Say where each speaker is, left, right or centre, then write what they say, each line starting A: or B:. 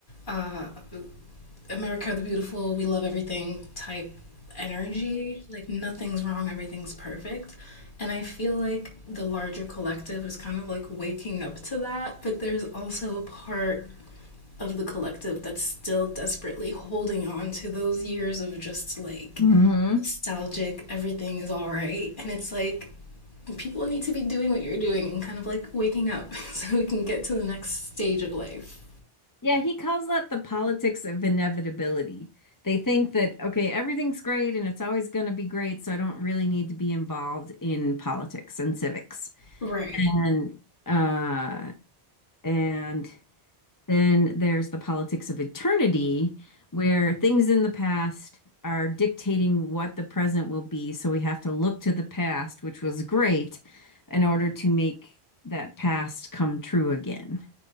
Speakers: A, on the left; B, on the left.
A: uh, America the Beautiful, we love everything type energy. Like nothing's wrong, everything's perfect. And I feel like the larger collective is kind of like waking up to that, but there's also a part of the collective that's still desperately holding on to those years of just like
B: hmm
A: nostalgic, everything is all right. And it's like people need to be doing what you're doing and kind of like waking up <laughs> so we can get to the next stage of life.
B: Yeah, he calls that the politics of inevitability. They think that, okay, everything's great and it's always going to be great, so I don't really need to be involved in politics and civics.
A: Right.
B: And uh and then there's the politics of eternity where things in the past are dictating what the present will be, so we have to look to the past, which was great, in order to make that past come true again